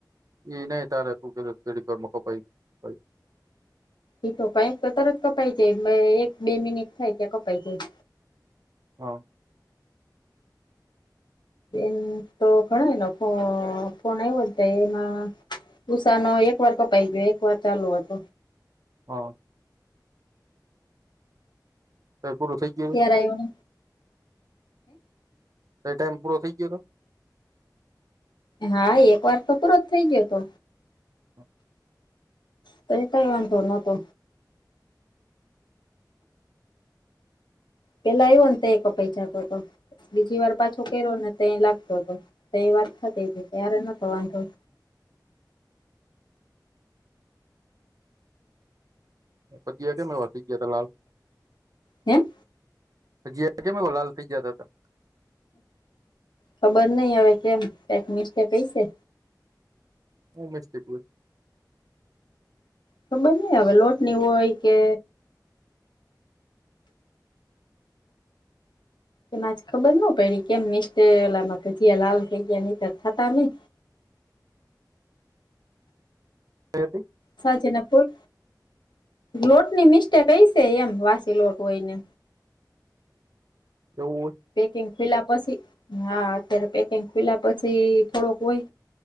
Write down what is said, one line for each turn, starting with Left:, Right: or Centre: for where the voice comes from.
Right: એ નહી તારે તું કેતી ઘડીક વારમાં કપાઈ ગયું
Left: એ તો કઈક તો તરત કપાય જાય એક બે મિનિટ થાય ત્યાં કપાય જાય.
Right: હા
Left: એમ તો ઘણાએ નો ફો ફોન આવ્યો ને તે એમાં ઉસાનો એક વાર કપાઈ ગયો, એક વાર ચાલુ હતો.
Right: હા તે પૂરું થઈ ગયું હે.
Left: કરાયવુ
Right: તો એ ટાઈમ પૂરો થઈ ગયો તો?
Left: હા એક વાર તો પૂરો જ થઈ ગયો હતો.
Right: હ.
Left: તો ઈ કઈ વાંધો નતો. પેલા આવ્યો ને તે કપાઈ તો હતો બીજી વાર પાછો કર્યો ને તે લાગતો હતો. તે ઈ વાત થતી હતી ત્યારે નતો વાંધો.
Right: અત્યારે કેમ વધી ગયાં તા લાલ
Left: હેં?
Right: હ જી એ કેમ લાલ થઈ જતા હતા.
Left: ખબર નઈ હવે કેમ ટેકનિષ્ટ કેય છે.
Right: હ મસ્ત એટલું.
Left: ખબર ની હવે લોટની હોય કે એમાંજ ખબર નો પયડી કેમ મસ્ટલા કે જે લાલ થઈ ગયા નઈ તર થતા નહી.
Right: કયાથી?
Left: સાચી ને ફૂલ લોટની મિસ્ટેક આઈ છે એમ વાસી લોટ હોયને.
Right: એવું હોય?
Left: પેકિંગ ખૂલ્યાં પછી હા અત્યારે પેકિંગ ખૂલ્યાં પછી થોડોક હોય.